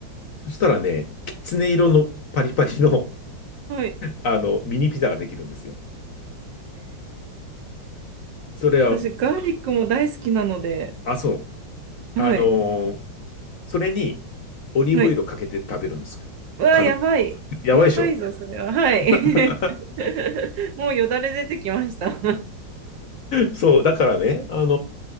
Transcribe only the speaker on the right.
う。はい。
私、ガーリックも大好きなので、
はい、
はい。うわ、
やばい。
やばいぞ、それは。はい。<laughs>
もうよだれ出てきました。<laughs>